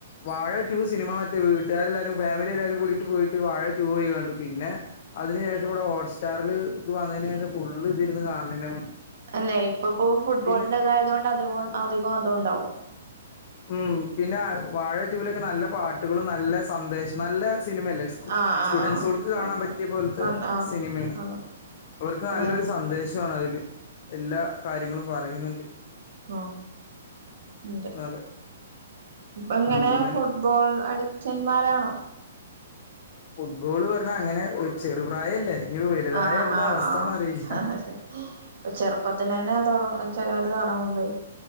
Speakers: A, on the left; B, on the right.
A: വാഴ ടു സിനിമ മറ്റേ വീട്ടുകാരെല്ലാരും ഫാമിലി എല്ലാരും കൂടിട്ട് പോയിട്ട് വാഴ പോയി കണ്ടു പിന്നെ അതിനു ശേഷം ഇവിടെ ഹോട്ട് സ്റ്റാറില് ഇത് വന്നതിന് ശേഷം ഫുള്ള് ഇരുന്ന് കാണുന്ന തന്നെ പണി
B: അല്ലെ ഇപ്പപ്പോ ഫുട്ബോളിന്റെതായതൊണ്ട്
A: പിന്നെ
B: അ അധികം അതുണ്ടാവും
A: ഉം പിന്നെ വാഴ ട്ടൂ ലൊക്കെ നല്ല പാട്ടുകളും നല്ല സന്ദേശം നല്ല സിനിമയല്ലേ സ്റ്റുഡന്റ്സുകൾക്ക്
B: ആഹ് ആഹ് ആഹ്
A: കാണാൻ
B: കണ്ട
A: പറ്റിയ
B: കണ്ട
A: പോലത്തെ
B: കണ്ട
A: സിനിമയാണ്
B: ആഹ്
A: അവർക്ക് നല്ലൊരു
B: ആഹ്
A: സന്ദേശമാണ് അതില് എല്ലാ കാര്യങ്ങളും പറയുന്നുണ്ട്
B: ആ ഉണ്ട്
A: അത്
B: എങ്ങനെ
A: അങ്ങനെ
B: ഫുട്ബോൾ അഡിക്റ്റന്മാരാണോ
A: ഫുട്ബോള് പറഞ്ഞ അങ്ങനെ ചെറുപ പ്രായല്ലേ ഇവ വലുതായ
B: ആഹ്
A: എന്താ
B: ആഹ്
A: അവസ്ഥന്ന്റിയില്ല
B: ആഹ് അതെ ഇപ്പൊ ചെറുപ്പത്തി തന്നെ തുട ചെലവല് തുടങ്ങുംപയി